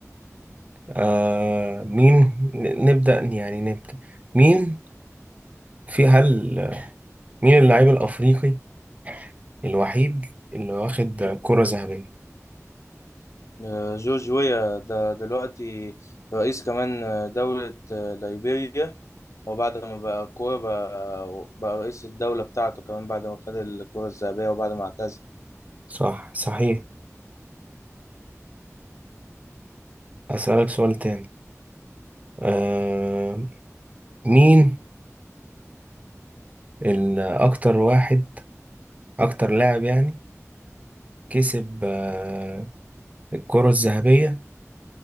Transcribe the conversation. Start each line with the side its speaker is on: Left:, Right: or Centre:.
Right: آه مين ن- نبدأ يعني نبدأ مين في هل مين اللاعب الأفريقي الوحيد اللي واخد كرة ذهبية
Left: آه جورج ويا ده دلوقتي رئيس كمان آه، دولة آه، ليبيريا وبعد ما بقى كورة بقى, بقى رئيس الدولة بتاعته كمان بعد ما خد الكرة الذهبية وبعد ما اعتزل
Right: صح صحيح هسألك سؤال تاني آه مين الأكتر واحد أكتر لاعب يعني كسب آه الكرة الذهبية